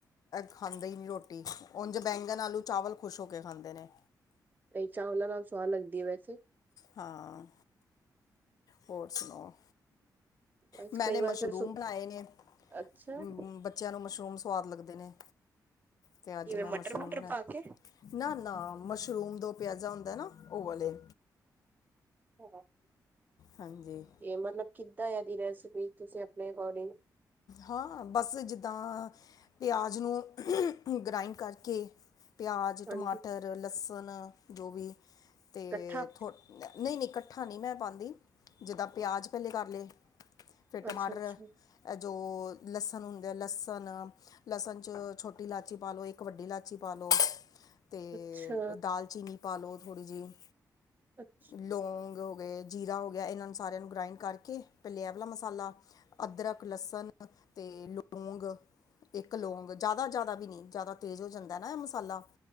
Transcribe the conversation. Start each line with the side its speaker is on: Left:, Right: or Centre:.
Left: ਖਾਂਦੇ ਈ ਨੀ ਰੋਟੀ ਉਂਝ ਬੈਂਗਨ, ਆਲੂ, ਚਾਵਲ ਖੁਸ਼ ਹੋ ਕੇ ਖਾਂਦੇ ਨੇ।
Right: ਦਹੀਂ ਚਾਵਲਾ ਨਾਲ ਸਵਾਦ ਲਗਦੀ ਵੈਸੇ।
Left: ਹਾਂ -ਹੋਰ ਸੁਨਾਓ?
Right: ਬਸ
Left: ਮੈਂਨੇ
Right: ਕਈ ਵਾਰ
Left: ਮਸ਼ਰੂਮ
Right: ਫਿਰ ਸੁ
Left: ਬਨਾਏ ਨੇ। ਅਮ
Right: ਅੱਛਾ
Left: ਬ ਬੱਚਿਆਂ ਨੂੰ ਮਸ਼ਰੂਮ ਸਵਾਦ ਲੱਗਦੇ ਨੇ, ਤੇ
Right: ਕਿਵੇਂ
Left: ਅੱਜ ਮੈਂ
Right: ਮਟਰ
Left: ਮਸ਼ਰੂਮ
Right: ਮੁਟਰ
Left: ਬਨਾ
Right: ਪਾ ਕੇ
Left: ਨਾ-ਨਾ ਮਸ਼ਰੂਮ ਦੋ ਪਿਆਜ਼ਾ ਹੁੰਦੈ ਏ ਨਾ ਉ ਵਾਲੇ।
Right: <inaudible>
Left: ਹਾਂਜੀ।
Right: ਏ ਮਤਲਬ ਕਿੱਦਾਂ ਏਦੀ ਰੈਸਪੀ ਤੁਸੀਂ ਅਪਨੇ ਅਕੋਰਡਿੰਗ
Left: ਹਾਂ ਬਸ ਜਿੱਦਾਂ ਪਿਆਜ਼ ਨੂੰ ਗ੍ਰਇੰਡ ਕਰਕੇ ਪਿਆਜ਼,
Right: ਹਾਂਜੀ
Left: ਟਮਾਟਰ, ਲਸਣ ਜੋ ਵੀ ਤੇ
Right: ਇਕੱਠਾ
Left: ਥੋ ਨਈ-ਨਈ ਕੱਠਾ ਨਈ ਮੈਂ ਪਾਂਦੀ ਜਿੱਦਾਂ ਪਿਆਜ਼ ਪੈਲੇ ਕਰ ਲਏ। ਫੇਰ ਟਮਾਟਰ,
Right: ਅੱਛਾ ਅੱਛਾ
Left: ਐ ਜੋ ਲਸਣ ਹੁੰਦੇ ਆ ਲਸਣ ਲਸਣ ਚ ਛੋਟੀ ਲਾਚੀ ਪਾ ਲੋ ਏਕ ਵੱਡੀ ਲਾਚੀ ਪਾ ਲੋ। ਅਤੇ
Right: ਅੱਛਾ,
Left: ਦਾਲਚੀਨੀ ਪਾਲੋ, ਥੋੜੀ ਜਿਹੀ।
Right: ਅੱਛ
Left: ਲੌਂਗ ਹੋ ਗਏ, ਜੀਰਾ ਹੋਗਿਆ ਇਹਨਾਂ ਨੂੰ ਸਾਰਿਆਂ ਨੂੰ ਗ੍ਰਾਇੰਡ ਕਰਕੇ, ਪੈਲੇ ਆ ਵਾਲਾ ਮਸਾਲਾ, ਅਦਰਕ ਲਸਣ ਤੇ ਲੌਂਗ ਇੱਕ ਲੌਗ ਜ਼ਿਆਦਾ-ਜ਼ਿਆਦਾ ਵੀ ਨਹੀ, ਜ਼ਿਆਦਾ ਤੇਜ਼ ਹੋ ਜਾਂਦਾ ਨਾ ਐ ਮਸਾਲਾ।